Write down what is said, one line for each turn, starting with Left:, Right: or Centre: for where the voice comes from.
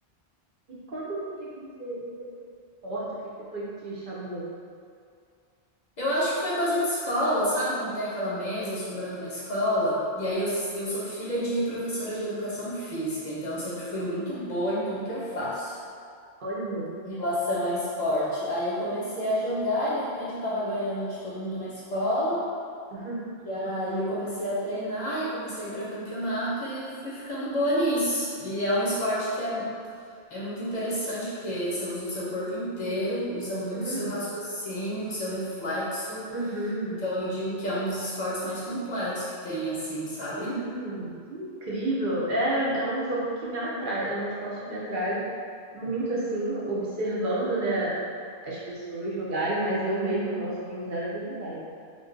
Right: E como foi que você escolheu esse esporte? O que que foi que te chamou?
Left: Eu acho que foi coisa de escola, sabe? Quando tem aquela mesa sobrando na escola. E aí eu, eu sou filha de professora de educação física, então eu sempre fui muito boa em tudo que eu faço.
Right: Olha.
Left: em relação a esporte. Aí eu comecei a jogar e de repente eu tava ganhando de todo mundo na escola.
Right: <laughs>
Left: E aí eu comecei a treinar e comecei para campeonato e fui ficando boa nisso. E é um esporte que é, é muito interessante porque você usa o seu corpo inteiro, usa muito
Right: Uhum.
Left: o seu raciocínio, o seu reflexo.
Right: Uhum.
Left: Então eu digo que é um dos esportes mais completos que tem, assim, sabe?
Right: Uhum. Que incrível. É, é um jogo que me atrai, é um esporte que me atrai muito assim, observando, né, as pessoas jogarem, mas eu mesma, nossa, tenho zero habilidade.